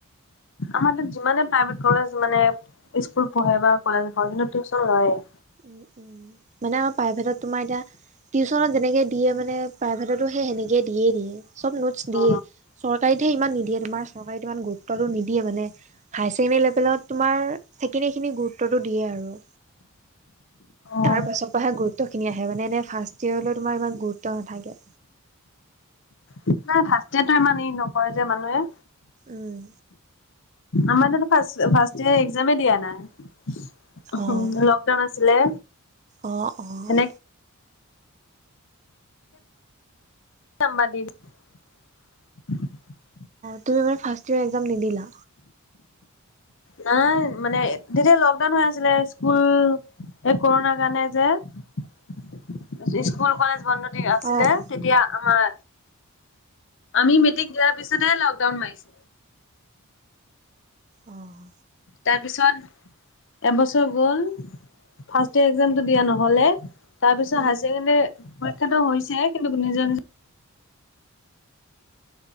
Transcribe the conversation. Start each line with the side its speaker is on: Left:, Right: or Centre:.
Left: আমাৰ তাত যিমানে প্ৰাইভেট কলেজ মানে স্কুল পঢ়ে বা কলেজ পঢ়ে কিন্তু টিউচন লয়ে।
Right: উ, উম মানে আমাৰ প্ৰাইভেটত তোমাৰ এতিয়া টিউচনত যেনেকে দিয়ে মানে প্ৰাইভেটতো সেই সেনেকে দিয়ে দিয়ে। চব নোটছ দিয়ে
Left: অ
Right: চৰকাৰী ইমান নিদিয়ে তোমাৰ চৰকাৰে ইমান গুৰুত্বটো নিদিয়ে মানে হাই ছেকেণ্ডৰী লেভেলত তোমাৰ সেইখিনিখিনি গুৰুত্বটো দিয়ে আৰু তাৰ
Left: অ'
Right: পাছৰ পৰাহে গুৰুত্ব গুৰুত্ব খিনি আহে মানে এনে ফাৰ্ষট ইয়েৰলৈ তোমাৰ ইমান গুৰুত্ব নাথাকে।
Left: ন ফাষ্টিয়েৰ টো ইমান এই নকয় যে মানুহে
Right: উম,
Left: আমাৰ তাটো ফাৰ্ষ্টইয়েৰ একজামে দিয়া নাই।
Right: অ'।
Left: লকডাউন আছিলে।
Right: অ- অ
Left: সেনেকে <inaudible>
Right: তুমি মানে ফাৰ্ষ্ট ইয়াৰ একজাম নিদিলা?
Left: নাই মানে তেতিয়া লকডাউন হৈ আছিলে, স্কুল এই কৰোণাৰ কাৰণে যে স্কুল কলেজ বন্ধ। আছিলে
Right: অ'।
Left: তেতিয়া। আমাৰ, আমি মেট্ৰিক দিয়াৰ পিছতহে লকডাউন মাৰিছে।
Right: অ',
Left: তাৰপিছত এবছৰ গল ফাৰ্ষ্ট ইয়েৰ একজামটো দিয়া নহলে তাৰপিছত
Right: উম,
Left: হাইছেকেন্দেৰি পৰীক্ষাটো হৈছে কিন্তু নিজৰ নিজ